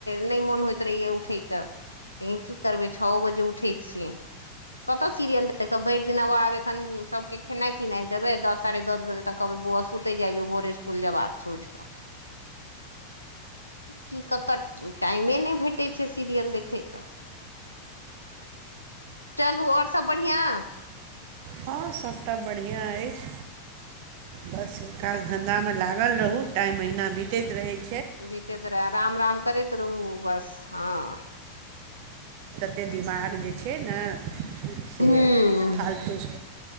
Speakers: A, on the left; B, on the right.
A: नहि मोन होइत रहैय उठैके लेकिन की करबै छओ बजे उठै छियै। कतौ सीरियल देख भरि दिना आब एखन सबके खेनाई पिनाई देबै दस साढ़े दस बजे तक कहबै बउआ सुतै जाई जो भोरे स्कुल जबाक उठ कऽ। की कतऽ टाइमे नहि भेटैत अच्छे सीरियल देखै क। चलू ओर सब बढ़ियां?
B: हाँ सबटा बढ़ियां अइछ। बस काज धंधा मे लागल रहू टाइ अहिना बीतैत रहैत
A: बीते त रह राम राम करे त रहू बस हाँ
B: एक दिमाग जे छैय ने से
A: हूँ
B: फालतू